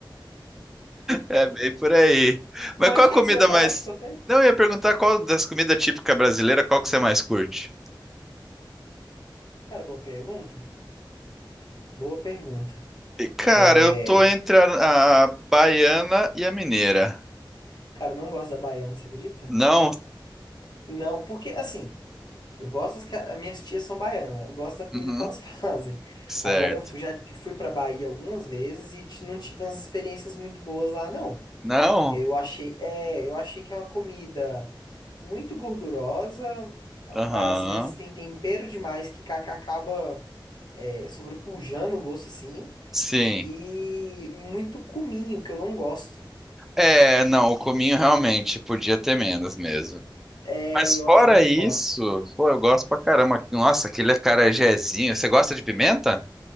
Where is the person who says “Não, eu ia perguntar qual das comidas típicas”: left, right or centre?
Centre